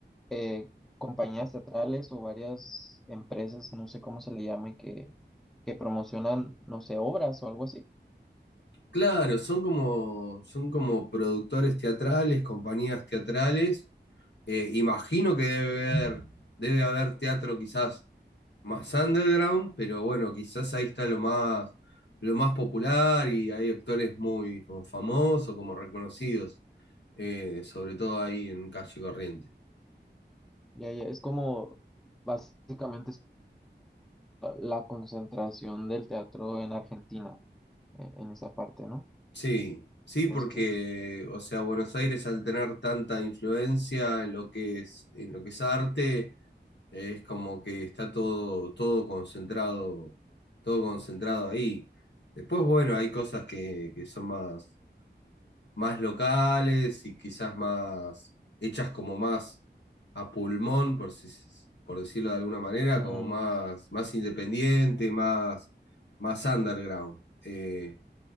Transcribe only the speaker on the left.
Claro, son como, son como productores teatrales, compañías teatrales Eh, imagino que debe haber, debe haber teatro quizás más underground, pero bueno, quizás ahí está lo más, lo más popular y hay actores muy como famosos, como reconocidos, eh, sobre todo ahí en Calle Corriente.
Sí, sí,
porque,
o sea, Buenos Aires al tener tanta influencia en lo que es, en lo que es arte, Es como que está todo, todo concentrado, todo concentrado ahí. Después, bueno, hay cosas que, que son más, más locales y quizás más hechas como más a pulmón, por si- por decirlo de alguna manera,
como más, más independiente, más, más underground. Eh,